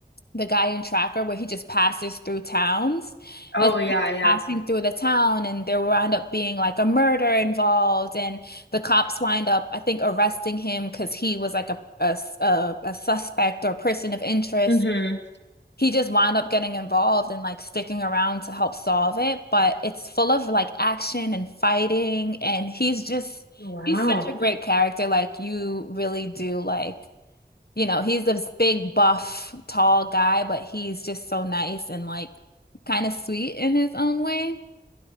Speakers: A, on the left (about 60°); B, on the left (about 80°).
A: the guy in Tracker where he just passes through towns
B: Oh,
A: and so
B: yeah.
A: he's
B: Yeah.
A: passing through the town and there wound up being like a murder involved and the cops wind up I think arresting him because he was like a a a a suspect or person of interest.
B: hmm
A: He just wound up getting involved and like sticking around to help solve it, but it's full of like action and fighting and he's just
B: Wow.
A: he's such a great character like you really do like you know, he's this big, buff, tall guy, but he's just so nice and like kind of sweet in his own way.